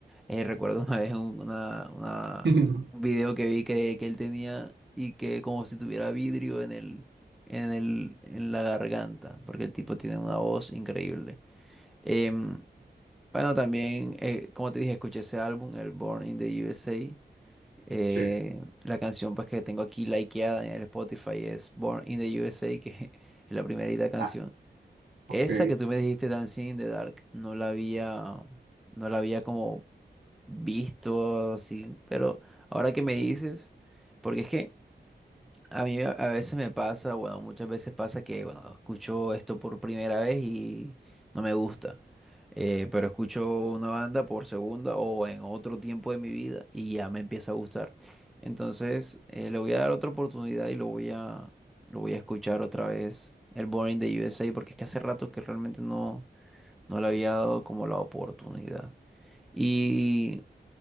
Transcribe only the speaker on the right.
<laughs>
Sí.
Ah, ok.